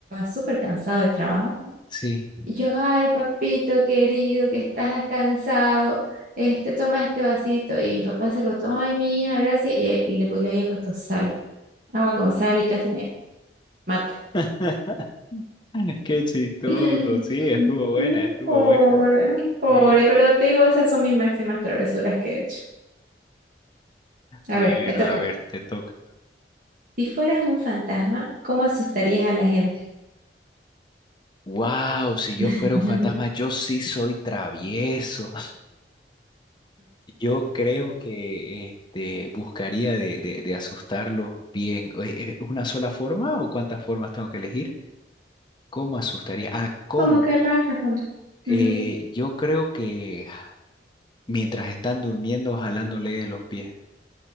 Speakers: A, on the right (about 50°); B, on the left (about 25°).
A: súper cansado del trabajo.
B: sí.
A: Y yo, ay, papito querido, que estás cansado, este, toma este vasito. Y mi papá se lo toma, ay, mi hija, gracias. Y él- le, pu- le había puesto sal, agua con sal y casi me mata.
B: <laughs> Qué chistoso.
A: <laughs>
B: Sí, estuvo buena, estuvo
A: Pobre,
B: buena.
A: pobre,
B: Bien.
A: pero te digo, esas son mis máximas travesuras que he hecho. A
B: Bueno,
A: ver, me toca.
B: a ver, te toca.
A: Si fueras un fantasma, ¿cómo asustarías a la gente?
B: Wow, si yo
A: <laughs>
B: fuera un fantasma, yo sí soy travieso. Yo creo que este, buscaría de, de, de asustarlos bien. Oye, ¿Es una sola forma o cuántas formas tengo que elegir? ¿Cómo asustaría? Ah, ¿cómo?
A: ¿Cómo querrás responder? Ujú.
B: Eh, yo creo que mientras están durmiendo, jalándole los pies.